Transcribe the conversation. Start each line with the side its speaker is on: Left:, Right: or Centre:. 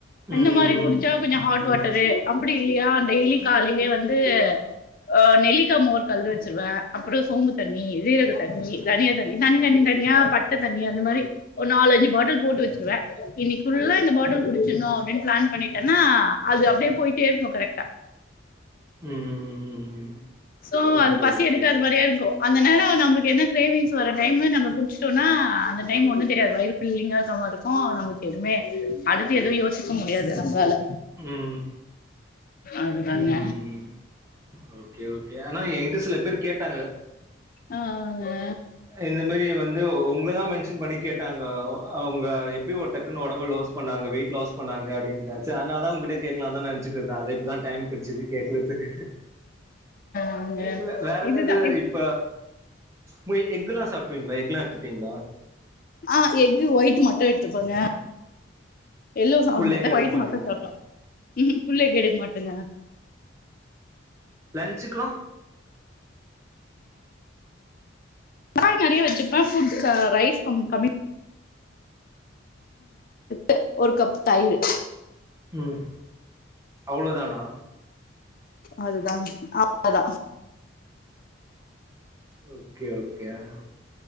Right: ம்
Left: அந்த
Right: ம் ம் ம் ம்
Left: மாரி குடிச்ச கொஞ்சோ ஹாட் வாட்டரு அப்டி இல்லையா டெய்லி காலையிலயே வந்து அ நெல்லிக்கா மோர் கலந்து வெச்சிருவே அப்றோ சோம்புத் தண்ணி ஜீரக தண்ணி தனியா தண்ணி தனி தனி தனியா பட்ட தண்ணி அது மாரி ஒரு நாலஞ்சு பாட்டில் போட்டு வெச்சிருவே இன்னைக்கி ஃபுல்லா இந்த பாட்டல் குடிச்சிட்ணோ அப்டின்னு பிளான் பண்ணிட்டேன்னா அது அப்டியே போயிட்டே இருக்கு கரெக்டா
Right: ம் ம் ம் ம்
Left: சோ
Right: ஓகே
Left: அது பசி
Right: ஓகே
Left: எடுக்காத மாரியே இருக்கு அந்த நேர நம்மளுக்கு என்ன கிரேவிங்ஸ் வர டைம் நம்ம கு வச்சட்டோனா அந்த டைம் ஒண்ணு தெரியாது வயிறு ஃபில்லிங்கா இருக்க மாரி இருக்கும் அப்பற நம்மளுக்கு எதுவுமே அடுத்து எதுவு யோசிக்க முடியாது நம்மளால
Right: ம்
Left: அதுதாங்க
Right: ம் ம் ஓகே ஓகே ஆனா எயகிட்ட சில பேர் கேட்டாங்க
Left: ஆஹ்ங்க
Right: இந்த மாரி வந்து உங்கள தா மென்ஷன் பண்ணி கேட்டாங்க அவங்க எப்படி ஒரு டக்குன்னு உடம்பு லாஸ் பண்ணாங்க வெயிட் லாஸ் பண்ணாங்க அப்டின்னு செரி அதனால தா உங்கிட்ட கேட்கலாம்னுதா நெனச்சிட்டு இருந்த அத இப்பதா டைம் கிடச்சது கேக்லாந்த் ஹ்
Left: ஆங்க
Right: இ ல வேற ஏதாவது
Left: இதுதா
Right: இப்ப பெய் எக் எல்லா சாப்டுவீங்களா எக் எல்லா எடுத்துப்பீங்களா
Left: அ எக்கு ஒயிட் மட்டு எடுத்துப்பங்க எல்லோ சாப்புட
Right: ஃபுல்
Left: மாட்ட
Right: எக் எடுக்க
Left: ஒயிட்
Right: மாட்டீங்க.
Left: மட்டு சாப்புடுவ ம்ஹும் ஃபுல் எக் எடுக்க மாட்டங்க
Right: லன்சுக்கலா
Left: ப்ரான் நெறய வச்சிப்ப புட்ச ஆ ரைஸ் கம் கம்மி த் ஒரு கப் தயிரூ
Right: ம் அவ்ளோ தானா
Left: அதுதாங்க அவ்ளோ தா
Right: ஓகே ஓகே ஆஆ